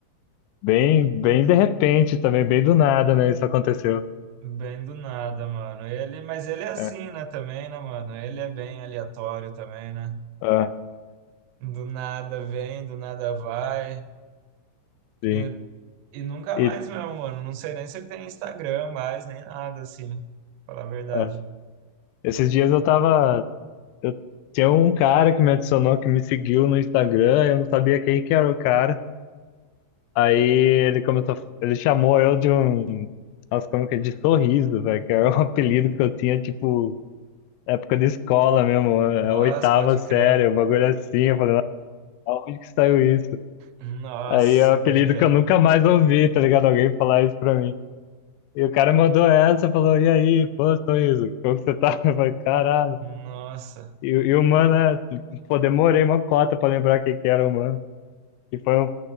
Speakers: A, on the left (about 90°); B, on the right (about 85°).
A: Bem, bem de repente também, bem do nada, né? Isso aconteceu.
B: Bem do nada, mano. Ele, mas ele é assim,
A: É,
B: né, também, né, mano? Ele é bem aleatório também, né?
A: ah,
B: Do nada vem, do nada vai.
A: sim.
B: E, e nunca
A: E
B: mais mesmo, mano. Não sei nem se ele tem Instagram mais, nem nada assim, pra falar a verdade.
A: ah, esses dias eu tava. Eu, tinha um cara que me adicionou, que me seguiu no Instagram, eu não sabia quem que era o cara. Aí ele começou, ele chamou eu de um, nossa, como que é, de sorriso, velho, que era um <laughs> apelido que eu tinha, tipo, época de escola mesmo, é,
B: Nossa,
A: oitava
B: pode
A: série,
B: crer.
A: um bagulho assim. Eu falei, Aonde que saiu isso?
B: Nossa,
A: Aí é um apelido
B: pode crer.
A: que eu nunca mais ouvi, tá ligado? Alguém falar isso pra mim. E o cara mandou essa, falou, e aí, pô, Toizo, como que você tá? <laughs> Eu falei, caralho.
B: Nossa,
A: E, e o mano, é, pô, demorei uma cota pra lembrar quem que era o mano. E foi, um,